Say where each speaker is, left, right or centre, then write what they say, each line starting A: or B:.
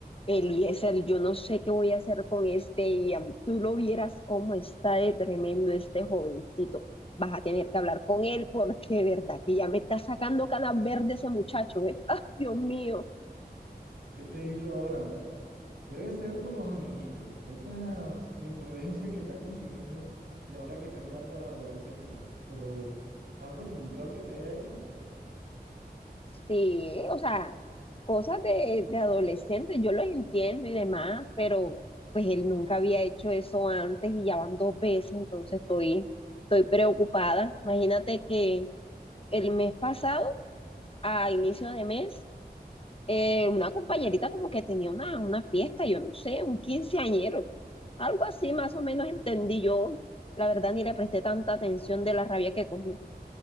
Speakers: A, on the left; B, on the right.
A: Eliezer, yo no sé qué voy a hacer con este Ian. Tú lo vieras cómo está de tremendo este jovencito. Vas a tener que hablar con él porque, de verdad, que ya me está sacando canas verdes ese muchacho, ¿eh? <laughs> ¡Ah, Dios mío!
B: ¿Qué te hizo ahora? Debe ser por los amiguitos, esta influencia que está consiguiendo y ahora que está entrando a la adolescencia, pero algo puntual que te haya hecho.
A: Sí, o sea, cosas de, de adolescente, yo lo entiendo y demás, pero pues él nunca había hecho eso antes y ya van dos veces, entonces estoy, estoy preocupada. Imagínate que el mes pasado, a inicio de mes, eh, una compañerita como que tenía una, una fiesta, yo no sé, un quinceañero, algo así más o menos entendí yo. La verdad ni le presté tanta atención de la rabia que cogí.